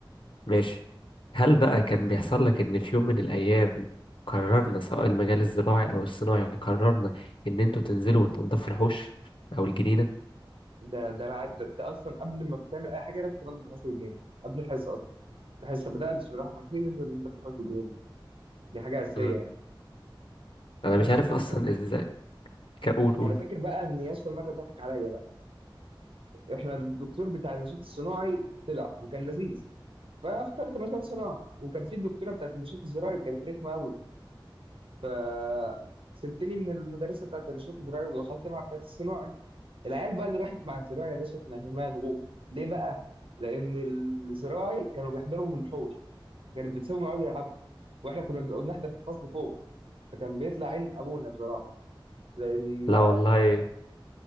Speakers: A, on the left; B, on the right.
A: ماشي هل بقى كان بيحصل لك إن في يوم من الأيام قررنا سواء المجال الزراعي أو الصناعي قررنا إن أنتوا تنزلوا وتنضفوا الحوش أو الجنينة؟
B: ده ده, الع... ده, ده اصلا قبل ما بتعمل اي حاجه لازم تنضف الحوش والجيران قبل الحصه اصلا الحصه بدأت بسم الله الرحمن الرحيم لازم ننضف الحوش والجيران دي حاجه اساسيه
A: مم.
B: يعني
A: أنا
B: بس
A: مش عارف
B: بس
A: أصلا إزاي كقول قول
B: انا فاكر بقى ان ياسر مره ضحك عليا بقى احنا الدكتور بتاع النشاط الصناعي طلع وكان لذيذ فاخترت نشاط صناعي وكان في الدكتوره بتاعت النشاط الزراعي وكانت رخمه قوي ف سبتني من المدرسه بتاعت النشاط الزراعي ودخلت مع بتاعت الصناعي العيال بقى اللي راحت مع الزراعي يا باشا اتنغمها غوف ليه بقى؟ لأن الزراعي كانوا بيحضروا من الحوش كانت بتسيبهم يقعدوا يلعبوا واحنا كنا بنبقى بنحضر في الفصل فوق فكان بيطلع عين ابونا بصراحه لان
A: لا
B: آه،
A: والله